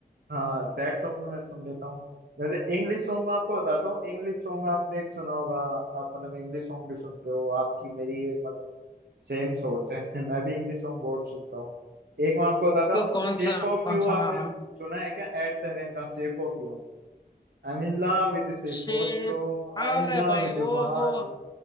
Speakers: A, on the right; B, on the left.
A: हाँ सैड सॉन्ग भी मैं सुन लेता हूँ जैसे इंग्लिश सॉन्ग में आपको बताता हूँ इंग्लिश सॉन्ग आपने एक सुना होगा आप मतलब इंग्लिश सॉन्ग भी सुनते हो आपकी मेरी ये मतलब सेम सोच है <laughs> मैं भी इंग्लिश सॉन्ग बहुत सुनता हूँ एक मैं आपको बताता
B: तो
A: हूँ
B: कौन
A: शेप
B: सा
A: ऑफ
B: कौन
A: यू
B: सा
A: आपने
B: हाँ हाँ
A: सुना है क्या एड शेरन का shape of you I am in love with shape
B: शेप
A: of you
B: अरे
A: I am in love
B: भाई
A: with
B: वो
A: your body
B: वो